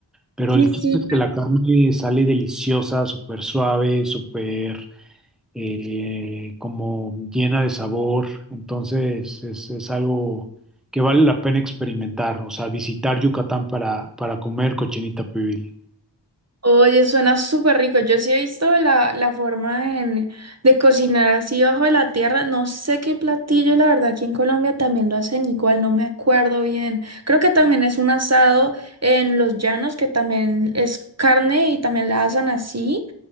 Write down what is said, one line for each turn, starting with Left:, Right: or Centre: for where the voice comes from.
Centre: Pero
Right: sí,
Centre: el chiste
Right: sí.
Centre: es que la carne sale deliciosa, súper suave, súper eh, como llena de sabor. Entonces es, es algo que vale la pena experimentar, o sea, visitar Yucatán para, para comer cochinita pibil.
Right: Oye, suena súper rico. Yo sí he visto la, la forma en- de cocinar así bajo de la tierra. No sé qué platillo, la verdad, aquí en Colombia también lo hacen igual, no me acuerdo bien. Creo que también es un asado en los llanos, que también es carne y también la asan así.